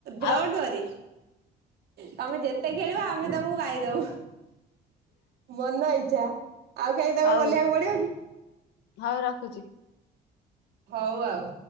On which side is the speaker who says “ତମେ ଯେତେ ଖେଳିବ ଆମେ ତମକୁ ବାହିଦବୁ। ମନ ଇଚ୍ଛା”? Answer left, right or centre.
Right